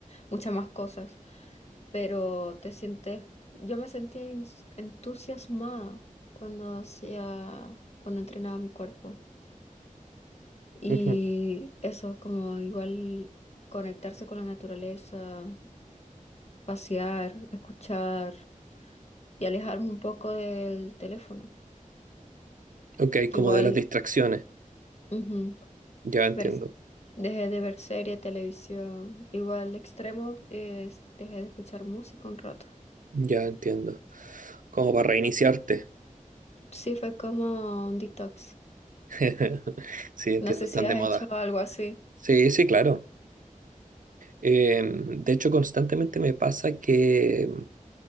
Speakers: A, on the left; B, on the right.
A: muchas más cosas, pero te sientes, yo me sentía ens- entusiasmada cuando hacía, cuando entrenaba mi cuerpo. Y
B: Ujú.
A: eso, como igual conectarse con la naturaleza, pasear, escuchar y alejarme un poco del teléfono,
B: Ok,
A: que
B: como
A: igual...
B: de las distracciones,
A: ujú,
B: ya entiendo.
A: ver- dejé de ver serie, televisión, igual extremo, es- dejé de escuchar música un rato.
B: Ya entiendo. Como para reiniciarte.
A: Sí, fue como un detox.
B: <laughs> Sí, entiendo,
A: No sé
B: están
A: si has
B: de moda.
A: hecho algo así
B: Sí, sí, claro. Eh, de hecho, constantemente me pasa que mm,